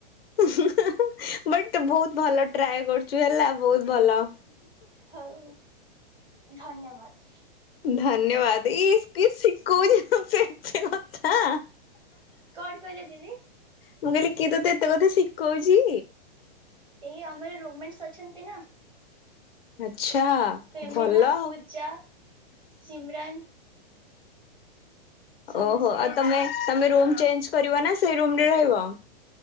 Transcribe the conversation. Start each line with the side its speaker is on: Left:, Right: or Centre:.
Left: ବଟ ବହୁତ ଭଲ ଟ୍ରାଏ କରୁଛୁ ହେଲା ବହୁତ ଭଲ।
Right: ହଉ ଧନ୍ୟବାଦ।
Left: ଧନ୍ୟବାଦ ଇସ କିଏ ସିଖାଉଛି ତତେ ଏତେ କଥା?
Right: କଣ କହିଲେ ଦିଦି?
Left: ମୁଁ କହିଲି କିଏ ତତେ ଏତେ କଥା ଶିକଉଚି?
Right: ଏଇ ଆମର ରୁମମେଣ୍ଟସ୍ ଅଛନ୍ତି ନା
Left: ଆଛା
Right: ଫେମିନା
Left: ଭଲ।
Right: ପୂଜା ସିମରାନ୍ ସମସ୍ତେ
Left: ଓହୋ ଆଉ ତମେ ତମେ ରୁମ୍ ଚେଞ୍ଜ କରିବ ନା ସେଇ ରୁମରେ ରହିବ?